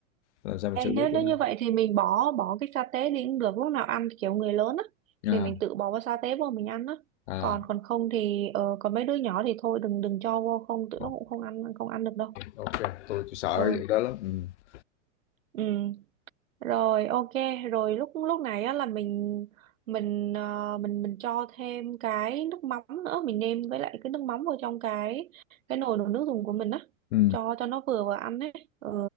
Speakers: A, on the left; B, on the right.
A: làm sao mình
B: Ê,
A: xử
B: nếu
A: lý
B: nếu
A: cho nó
B: như vậy thì mình bỏ bỏ cái sa tế đi cũng được lúc nào ăn thì kiểu người lớn á
A: à
B: thì mình tự bỏ vào sa tế vô mình ăn á
A: à
B: còn còn không thì ờ, còn mấy đứa nhỏ thì thôi đừng đừng cho vô không tụi
A: ok
B: nó cũng không ăn không ăn được đâu
A: ok tôi, tôi sợ
B: ờ
A: cái vụ đó lắm ừ
B: ừ rồi ok rồi lúc lúc này á là mình mình ờ, mình mình cho thêm cái nước mắm nữa mình nêm với lại cái nước mắm vào trong cái cái nồi nồi nước dùng của mình á
A: ừ
B: cho cho nó vừa vào ăn ấy ừ.